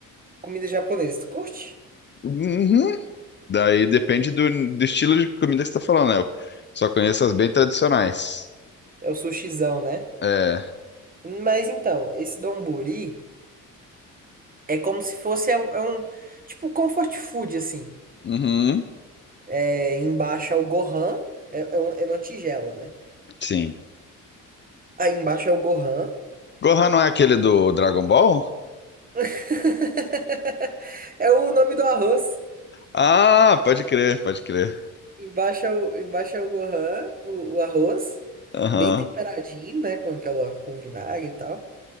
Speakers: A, on the right; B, on the left.
A: Comida japonesa. Tu curte?
B: Uhum. Daí depende do, do estilo de comida que você tá falando, né? Eu só conheço as bem tradicionais.
A: É o sushizão, né?
B: É.
A: Mas então, esse donburi. É como se fosse é um, é um- tipo um comfort food assim.
B: Uhum.
A: É, embaixo é o Gohan, é, é, um- é uma tigela, né?
B: Sim.
A: Aí embaixo é o Gohan.
B: Gohan não é aquele do Dragon Ball?
A: <laughs> É o nome do arroz.
B: Ah, pode crer, pode crer.
A: Embaixo é o, embaixo é o Gohan, o, o arroz,
B: Aham,
A: bem temperadinho, né, com aquela com vinagre e tal.